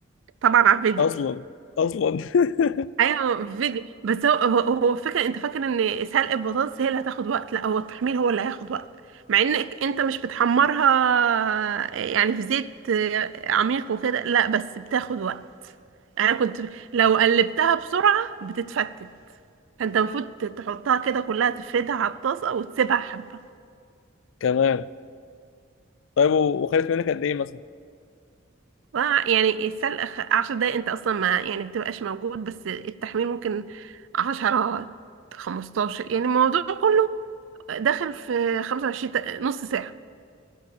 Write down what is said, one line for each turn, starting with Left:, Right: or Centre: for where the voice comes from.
Right: طبعا على الفيديو
Left: أصلا أصلا <laughs>
Right: ايوه فيديو بس هو هو هو فاكر انت فاكر ان سلق البطاطس هي اللي هتاخد وقت لا هو التحمير هو اللي هياخد وقت مع انك انت مش بتحمرها يعني في زيت عميق وكده لا بس بتاخد وقت انا كنت لو قلبتها بسرعة بتتفتت فانت المفروض تحطها كده كلها تفردها على الطاسة وتسيبها حبة
Left: كمان طيب و- وخدت منك قد ايه مثلا
Right: ف- يعني السلق خ- عشر دقايق انت اصلا ما يعني بتبقاش موجود بس التحمير ممكن عشرة خمستاشر يعني الموضوع كله داخل في 25 دق- نص ساعة